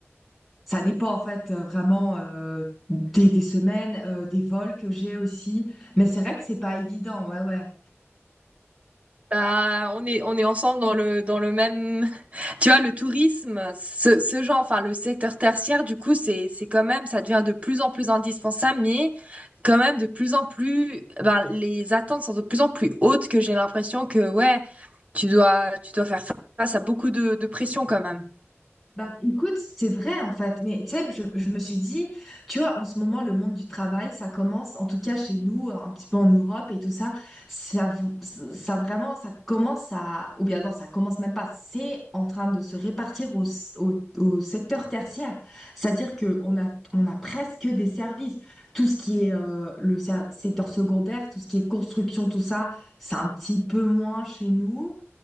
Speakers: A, in the centre; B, on the right.
A: ça dépend en fait euh, vraiment euh, des, des semaines, euh, des vols que j'ai aussi, mais c'est vrai que c'est pas évident, ouais ouais.
B: Bah, on est, on est ensemble dans le, dans le même, <laughs> tu vois, le tourisme, ce, ce genre, enfin, le secteur tertiaire, du coup, c'est, c'est quand même, ça devient de plus en plus indispensable, mais quand même de plus en plus, ben, les attentes sont de plus en plus hautes que j'ai l'impression que, ouais, tu dois, tu dois faire face à beaucoup de, de pression quand même.
A: Bah, écoute, c'est vrai en fait, mais tu sais, je, je me suis dit, tu vois, en ce moment, le monde du travail, ça commence, en tout cas chez nous, euh, un petit peu en Europe et tout ça, ça, v- ça vraiment, ça commence à, ou bien non, ça commence même pas, c'est en train de se répartir au, s- au, au secteur tertiaire. C'est-à-dire que on a, on a presque des services. Tout ce qui est euh, le ser- secteur secondaire, tout ce qui est construction, tout ça, c'est un petit peu moins chez nous.